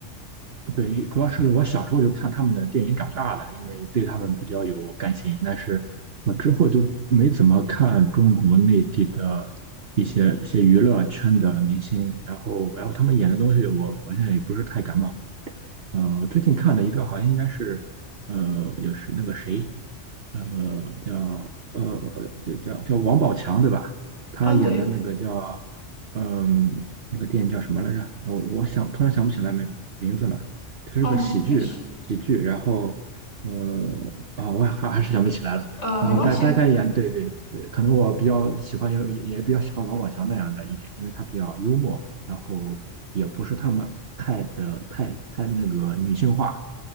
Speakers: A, on the right (about 55°); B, on the left (about 75°).
A: 对，主要是我小时候就看他们的电影长大的，因为对他们比较有感情。但是我之后就没怎么看中国内地的一些一些娱乐圈的明星，然后然后他们演的东西，我好像也不是太感冒。呃，我最近看了一个，好像应该是，呃，也是那个谁，呃，叫呃，叫叫叫王宝强对吧？他演的那个叫，
B: 啊，对，
A: 嗯、那个电影叫什么来着？我我想突然想不起来名名字了。它是个喜剧，
B: 哦，没事。
A: 喜剧。然后，呃，啊、我还还是想不起来了。
B: 呃，
A: 然后大大概演，
B: 没关系啊，
A: 对对，呃可能我比较喜欢，也也比较喜欢王宝强那样的一点，因为他比较幽默。然后也不是他们太的太太那个女性化。